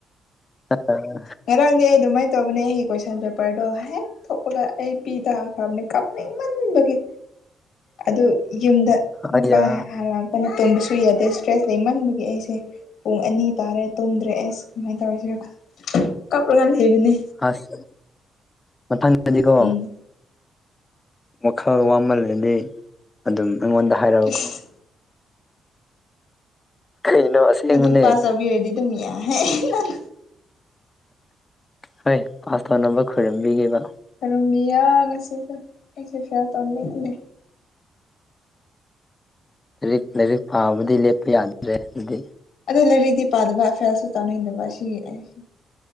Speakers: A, on the left; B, on the left.
A: ꯆꯠꯇꯥꯔ
B: ꯉꯔꯥꯡꯗꯤ ꯑꯩ ꯑꯗꯨꯃꯥꯏꯅ ꯇꯧꯕꯅꯦ ꯑꯩꯒꯤ ꯀꯣꯏꯁꯟ ꯄꯦꯄꯔꯗꯣ ꯍꯦꯛ ꯊꯣꯛꯄꯒ ꯑꯩ ꯄꯤ ꯇꯥꯈ꯭ꯔꯕꯅꯤ ꯀꯞꯅꯤꯡꯃꯟꯕꯒꯤ ꯑꯗꯨ ꯌꯨꯝꯗ
A: ꯑꯩꯌꯥ
B: ꯃꯨꯀꯥ ꯂꯥꯛꯄꯅ ꯇꯨꯝꯕꯁꯨ ꯌꯥꯗꯦ ꯏꯁꯇ꯭ꯔꯦꯁ ꯂꯩꯃꯟꯕꯒꯤ ꯑꯩꯁꯦ ꯄꯨꯡ ꯑꯅꯤ ꯇꯥꯔꯦ ꯇꯨꯝꯗ꯭ꯔꯦ ꯑꯦꯁ ꯀꯃꯥꯏꯅ ꯇꯧꯔꯁꯤ ꯀꯞꯂꯒ ꯂꯩꯕꯅꯦ
A: ꯑꯁ ꯃꯊꯪꯗꯗꯤꯀꯣ
B: ꯎꯝ
A: ꯋꯥꯈꯜ ꯋꯥꯃꯜꯂꯗꯤ ꯑꯗꯨꯝ ꯑꯩꯉꯣꯟꯗ ꯍꯥꯏꯔꯛꯎꯀꯣ
B: ꯏꯁ
A: ꯀꯩꯅꯣ ꯑꯁꯦꯡꯕꯅꯦ
B: ꯑꯗꯨ ꯄꯥꯁ ꯆꯥꯕꯤꯔꯗꯤ ꯑꯗꯨꯝ ꯌꯥꯍꯦ ꯅꯪ
A: ꯍꯣꯏ ꯄꯥꯁ ꯇꯧꯅꯕ ꯈꯣꯏꯔꯝꯕꯤꯒꯦꯕ
B: ꯔꯨꯝꯕꯤꯌꯥ ꯉꯁꯤꯁꯨ ꯑꯩꯁꯨ ꯐꯦꯜ ꯇꯧꯅꯤꯡꯗꯦ
A: ꯂꯥꯏꯔꯤꯛ ꯂꯥꯏꯔꯤꯛ ꯄꯥꯕꯗꯤ ꯂꯦꯞꯄ ꯌꯥꯗ꯭ꯔꯦ ꯑꯗꯨꯗꯤ
B: ꯑꯗꯨ ꯂꯩꯥꯏꯔꯤꯛꯇꯤ ꯄꯥꯗꯕ ꯐꯦꯜꯁꯨ ꯇꯥꯅꯤꯡꯗꯕ ꯑꯁꯤꯒꯤ ꯑꯩ